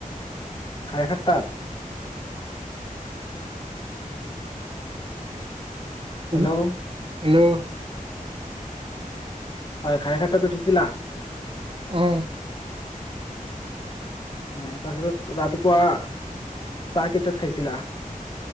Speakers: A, on the left (about 35°); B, on the right (about 40°).
A: খাৰে খাট তাত
B: তুমি
A: হেল্ল'
B: হেল্ল'
A: হয় খায় খাতটাত উঠিছিলা
B: উম
A: ও তাৰপিছত ৰাতিপুৱা চাহকেইটাত খাইছিলা